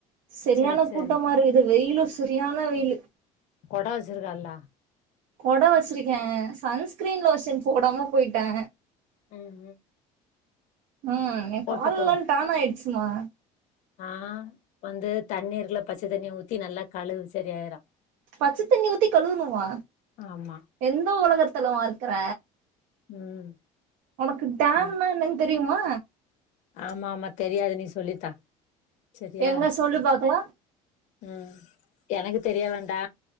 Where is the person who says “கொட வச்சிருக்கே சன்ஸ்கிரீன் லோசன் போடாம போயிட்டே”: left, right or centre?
Right